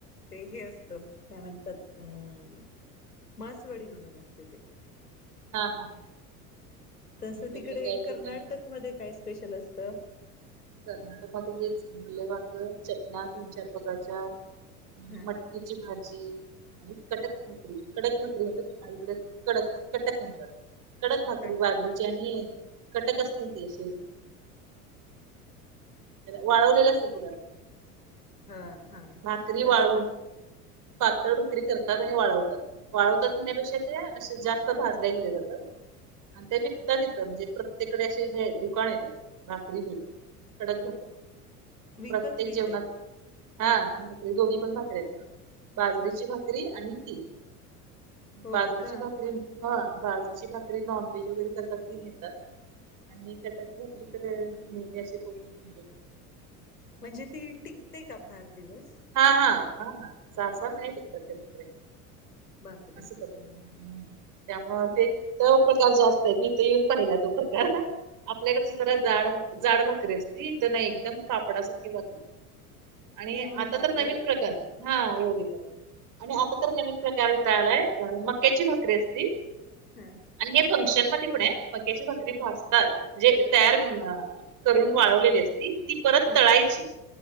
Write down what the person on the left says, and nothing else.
ते हे असत काय म्हणतात अं मासवडी म्हणून असते ते
तस
तिकडे
कर्नाटक
मध्ये काय का स्पेशल असतं
हा
कट
हा हा
बस
हा
विकत
मिळते.
हो
का?
म्हणजे ती टिकते का फार दिवस
बापरे!
हम्म
एवढी
पातळ?
हा
हा